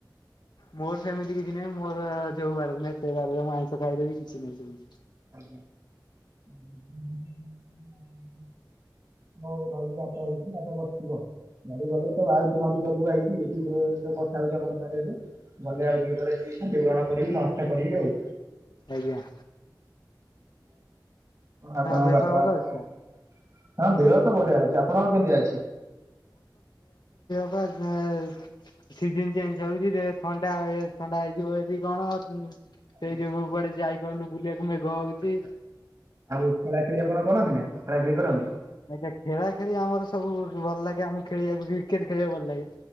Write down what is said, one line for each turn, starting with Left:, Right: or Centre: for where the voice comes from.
Left: ମୋର ସେମିତି କିଛି ନାହିଁ ମୋର ଯୋଉ ବାରରେ ନାହିଁ ସେ ବାରରେ ମୁଁ ଆମିଷ ଖାଇଦେବି କିଛି ନାହିଁ ସେମିତି।
Right: ଆଜ୍ଞା ହୁଁ ଉଁ ଉଁ ହଉ ଭାଇ <unintelligible> ବାଡ ଗଲେ ତ ଆଉଛି ନଦୀଟାକୁ ଆଇଛି ଏଠି ଯୋଉ କଥା ହଉଛି ଆପଣଙ୍କ ସାଙ୍ଗରେ ଏବେ ଗଲେ ଆଉ ଟିକେ ପରେ ଯଦି ଖାଦ୍ୟ ଗ୍ରହଣ କରିବି ନଷ୍ଟ କରିବି ଆଉ।
Left: ଆଜ୍ଞା।
Right: ଆପଣଙ୍କ
Left: ଦେହ
Right: ବାପା
Left: ପା ଭଲ
Right: ଆପଣ
Left: ଅଛି ତ?
Right: ହଁ ଦେହ ବଢିଆ ଅଛି ଆପଣଙ୍କର କେମିତି ଅଛି?
Left: <unintelligible> ସିଜିନ୍ ଚେଞ୍ଜ ହଉଛି ଥଣ୍ଡା ଥଣ୍ଡା ହେଇଯିବ ଯଦି କଣ?
Right: ଆଜ୍ଞା
Left: ସେଇ ଯୋଗୁ କୁଆଡେ ଯାଇପାରୁନି ବୁଲିବାକୁ ହଉଛି।
Right: ଆଚ୍ଛା ଆଉ ଖେଳା ଖେଳି ଆପଣ କରନ୍ତି ନା ଖେଳା ଖେଳି କରନ୍ତି?
Left: ଆଜ୍ଞା ଖେଳା ଖେଳି ଆମର ସବୁ ଭଲ ଲାଗେ ଆମକୁ ଖେଳିବାକୁ କ୍ରିକେଟ ଖେଳିବାକୁ ଭଲ ଲାଗେ।